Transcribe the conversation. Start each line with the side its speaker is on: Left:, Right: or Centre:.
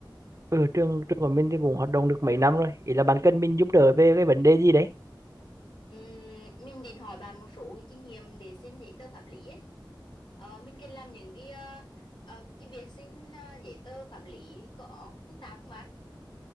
Right: Ừ, trường trường của mình thì cũng hoạt động được mấy năm rồi. Ý là bạn cần mình giúp đỡ về cái vấn đề gì đấy?
Left: Ừm, mình định hỏi bạn một số cái kinh nghiệm để xin giấy tờ pháp lý ấy. Ờ, mình cần làm những cái ờ, ờ, cái việc xin ờ, giấy tờ pháp lý có phức tạp không bạn?